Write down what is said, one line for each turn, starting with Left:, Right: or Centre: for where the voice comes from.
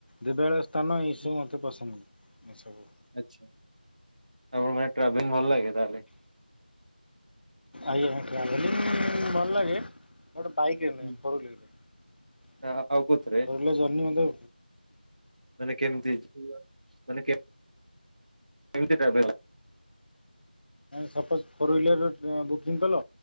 Left: ଦେବାଳୟ ସ୍ଥାନ ଏସବୁ
Right: ହୁଁ,
Left: ମତେ ପସନ୍ଦ ଏସବୁ।
Right: ଆଚ୍ଛା ଆପଣଙ୍କୁ ମାନେ ଟ୍ରାଭେଲିଙ୍ଗ ଭଲ୍ ଲାଗେ ତାହେଲେ?
Left: ଆଜ୍ଞା ଟ୍ରାଭେଲିଂ ଭଲ୍ ଲାଗେ। <unintelligible> ବାଇକରେ ନୁହେଁ
Right: ହୁଁ।
Left: ଫୋର୍ ହ୍ୱିଲର୍,
Right: ଆ- ଆଉ କୋଉଥିରେ
Left: ଫୋର୍ ହ୍ୱିଲର୍ ଜର୍ନି ମତେ
Right: ମାନେ କେମ୍ତି ମାନେ କେମ୍ତି <unintelligible>
Left: ସପୋଜ୍ ଫୋର୍ ହ୍ୱିଲର୍ ବୁକିଂ କଲ